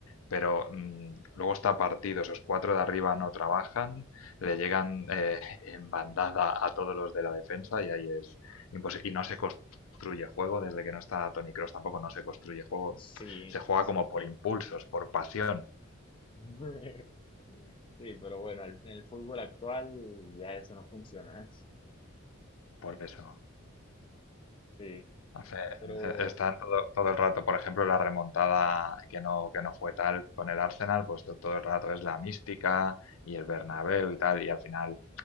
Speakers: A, on the left; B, on the left.
A: pero mm, luego está partido, esos cuatro de arriba no trabajan, le llegan eh, <laughs> en bandada a todos los de la defensa y ahí es imposible. Y no se construye juego, desde que no está Toni Kroos tampoco no se construye juego,
B: Sí,
A: se juega
B: sí,
A: como por
B: sí.
A: impulsos, por pasión,
B: <laughs> Sí, pero bueno, el- en el fútbol actual ya eso no funciona, ¿eh?
A: por eso.
B: Sí,
A: Hace,
B: pero
A: eh, están todo, todo el rato, por ejemplo, la remontada que no, que no fue tal con el Arsenal, pues to- todo el rato es la mística y el Bernabéu y tal, y al final